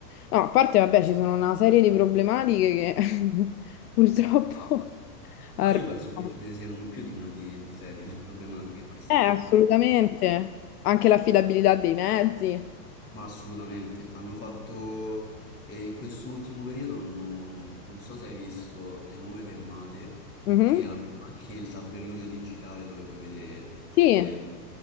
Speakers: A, on the left (about 65°); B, on the left (about 30°).
A: No, a parte, vabbè, ci sono una serie di problematiche che <laughs> purtroppo arrivano.
B: Ma io penso che ce ne siano più di una di, di serie di <laughs> problematiche in questa
A: Eh,
B: città.
A: assolutamente. Anche l'affidabilità dei mezzi.
B: Ma assolutamente, hanno fatto e in quest'ultimo periodo hanno- non so se hai visto le nuove fermate
A: Mhm.
B: che Mm. hanno anche il tabellone digitale dove puoi vedere
A: Sì,
B: ehm,